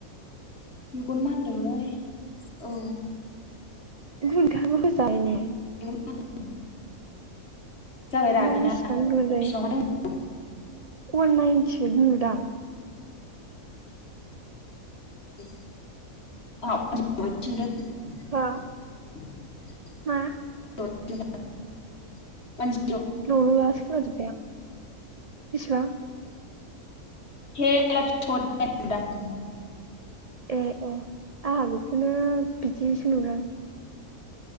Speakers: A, on the left; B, on the right.
A: मेगन मानदोंलै औ
B: <unintelligible>
A: <unintelligible> जाबायरा
B: नोंहा
A: बिना
B: बेसेबां
A: बेसिबां
B: गोलै
A: दं
B: अवान नायेनटिओइट नुदां
A: <inaudible> <unintelligible>
B: हो
A: <inaudible>
B: हा
A: <unintelligible>
B: ल ल लालासो खोनाजोबबाय आं बिसिबां
A: हे <unintelligible>
B: ए ए आंहा बेखौनो बिदिसो नुदों